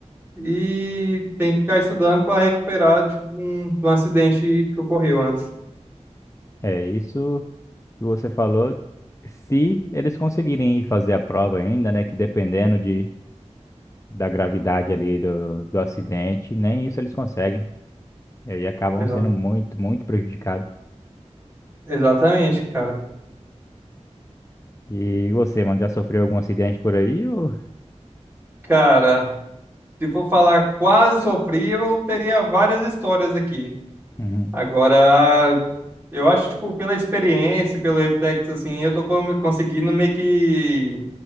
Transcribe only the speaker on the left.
É isso que você falou. Se eles conseguirem ir fazer a prova ainda, né? Que dependendo de, da gravidade ali do, do acidente, nem isso eles conseguem. E aí acabam
sendo muito, muito prejudicados.
E você, mano, já sofreu algum acidente por aí? Ou...
Uhum.